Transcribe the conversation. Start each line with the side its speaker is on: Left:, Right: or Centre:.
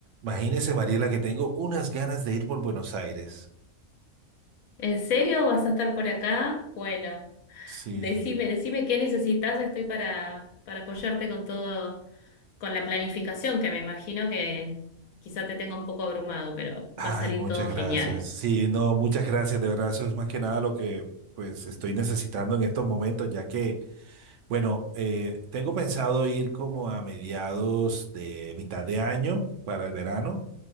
Right: Imagínese, Mariela, que tengo unas ganas de ir por Buenos Aires.
Left: ¿En serio vas a estar por acá? Bueno,
Right: Sí.
Left: decime, decime qué necesitas, estoy para, para apoyarte con todo, con la planificación, que me imagino que quizá te tenga un poco abrumado, pero
Right: Ay,
Left: va a salir
Right: muchas
Left: todo genial.
Right: gracias. Sí, no, muchas gracias. De verdad, eso es más que nada lo que pues estoy necesitando en estos momentos, ya que, bueno, eh, tengo pensado ir como a mediados de mitad de año para el verano.